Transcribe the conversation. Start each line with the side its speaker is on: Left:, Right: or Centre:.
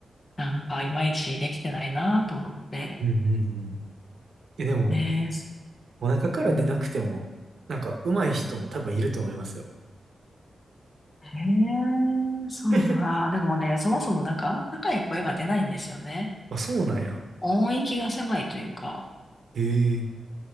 Left: なんかいまいちできてないなと思って。
Right: うん、うん、うん。え、でも、
Left: ねえ、す
Right: お腹から出なくても、
Left: うん。
Right: なんか上手い人も多分いると思いますよ。
Left: へえ、そうな。
Right: <laughs>
Left: あでもね、そもそもなんかあんま高い声が出ないんですよね。
Right: あ、そうなんや。
Left: 音域が狭いというか。
Right: ええ